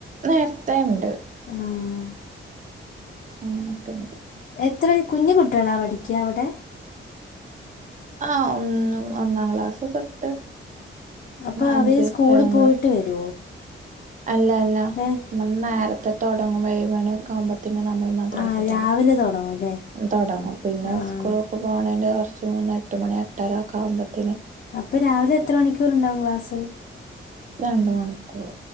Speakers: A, on the right; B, on the left.
A: നേരത്തേണ്ട്
B: ആഹ്
A: അങ്ങനെക്കെണ്ട്
B: എത്ര കുഞ്ഞികുട്ടികളാ പഠിക്കാ അവിടെ
A: ആഹ് ഒന്ന് ഒന്നാം ക്ലാസ് തൊട്ട്
B: അപ്പൊ
A: അഞ്ച്
B: അവര് സ്കൂളി
A: ഏഴാം
B: പോയിട്ട്
A: ക്ലാസ്
B: വരുവോ
A: അല്ല അല്ല
B: ഏഹ്
A: നേരത്തെ തുടങ്ങും ഏഴ് മണിയൊക്കെ ആവുമ്പോ ത്തിന് നമ്മള് മദ്രസ
B: ആഹ് രാവിലെ
A: തുടങ്ങും
B: തുടങ്ങൂല്ലേ
A: തുടങ്ങും പിന്നെ
B: ആഹ്
A: സ്കൂളിലൊക്കെ പോണേൻ്റെ കുറച്ച് മുന്നേ എട്ട്മണി എട്ടരയൊക്കെയാവുമ്പോ ത
B: അപ്പൊ രാവിലെ എത്ര മണിക്കൂറുണ്ടാവും ക്ലാസ്
A: രണ്ട് മണിക്കൂർ